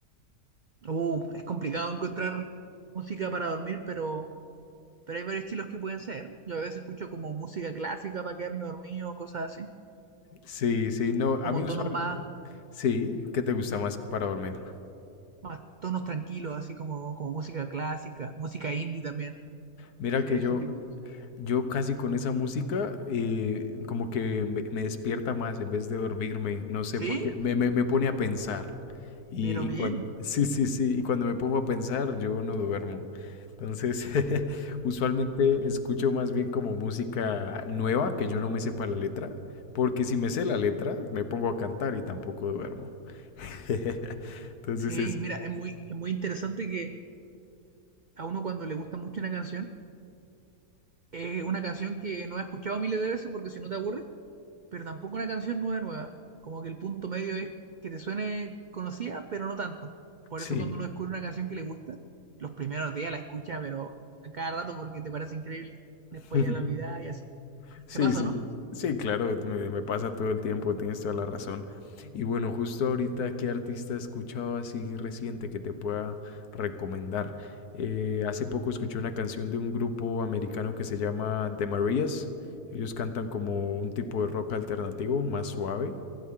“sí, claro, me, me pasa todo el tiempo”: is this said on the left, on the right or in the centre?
Left